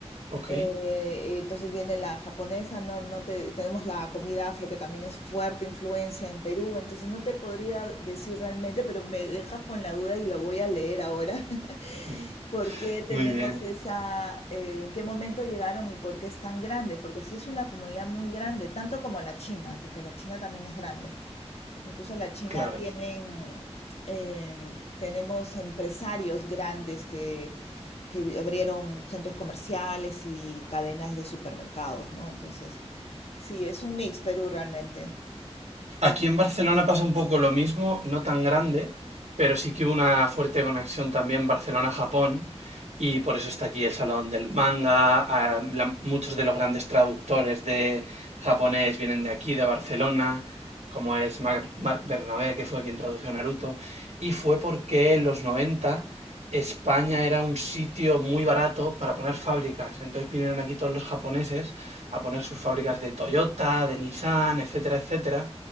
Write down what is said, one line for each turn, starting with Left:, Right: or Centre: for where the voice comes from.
Right: ok.
Left: eh, entonces viene la japonesa, no, no te, tenemos la comida afro que también es fuerte influencia en Perú, entonces no te podría decir realmente, pero me dejas con la duda y la voy a leer ahora. <laughs>
Right: Mm,
Left: ¿Por qué
Right: Muy
Left: tenemos
Right: bien,
Left: esa, eh, en qué momento llegaron y por qué es tan grande? Porque sí es una comunidad muy grande, tanto como la China, porque la China también es grande. Incluso la China
Right: claro.
Left: tienen, em, tenemos empresarios grandes que, que abrieron centros comerciales y cadenas de supermercados, ¿no? Entonces, sí, es un mix Perú realmente.
Right: Aquí en Barcelona pasa un poco lo mismo, no tan grande, pero sí que hubo una fuerte conexión también Barcelona-Japón y por eso está aquí el Salón del Manga. ah, la- muchos de los grandes traductores de japonés vienen de aquí, de Barcelona, como es Mar- Marc Bernabé, que fue quien tradujo Naruto. Y fue porque en los 90 España era un sitio muy barato para poner fábricas. Entonces vinieron aquí todos los japoneses a poner sus fábricas de Toyota, de Nissan, etcétera, etcétera.